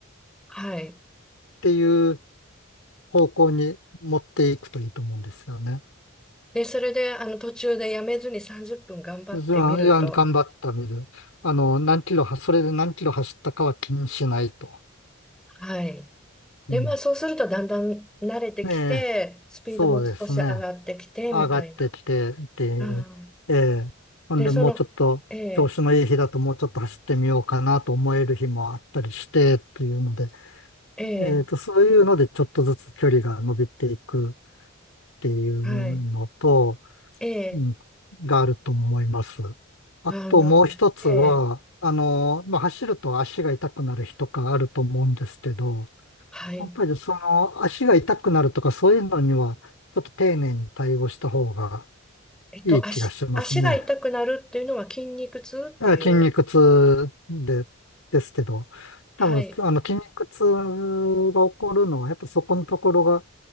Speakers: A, in the centre; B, on the left.
A: はい。
B: ていう方向に持っていくといいと思うんですよね。
A: で、それで、あの、途中でやめずに30分頑張ってみると、
B: じゃあいや頑張ったみる。あの、何キロは、それで何キロ走ったかは気にしないと。
A: はい。で、
B: うん。
A: まあ、そうするとだんだん慣れてきて、
B: ええ、
A: スピードも少し上がってきて、
B: そうですね。上がってきてっていう。
A: みたいな。うん、
B: ええ。ほんで、
A: で、その、
B: もうちょっと、
A: ええ
B: 調子のいい日だともうちょっと走ってみようかなと思える日もあったりして、というので、
A: ええ
B: えっと、そういうのでちょっとずつ距離が伸びていくっていうのと、
A: はい、ええ
B: うん、があると思います。あともう一つは、
A: あの、ええ
B: あの、まあ、走ると足が痛くなる日とかあると思うんですけど、
A: はい。
B: やっぱりその足が痛くなるとかそういうのにはちょっと丁寧に対応した方が
A: えっと、
B: いい気がしますね。
A: 足、足が痛くなるっていうのは筋肉痛っていう、
B: あ筋肉痛で、ですけど、
A: はい、
B: 多分あの筋肉痛が起こるのはやっぱそこのところが